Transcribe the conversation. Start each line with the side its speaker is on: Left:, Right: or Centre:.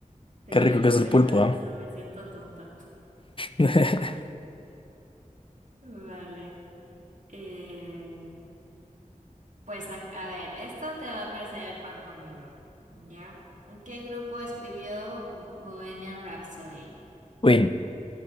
Right: Sí,
Left: Qué rico
Right: yo no
Left: que es
Right: sabía
Left: el pulpo,
Right: nada
Left: ¿ah?
Right: de eso, me siento tonta.
Left: <laughs>
Right: Vale. Eh, pues a, a ver, esto te va a parecer pan comido, ¿ya? ¿Qué grupo escribió Bohemian Rhapsody?
Left: Win,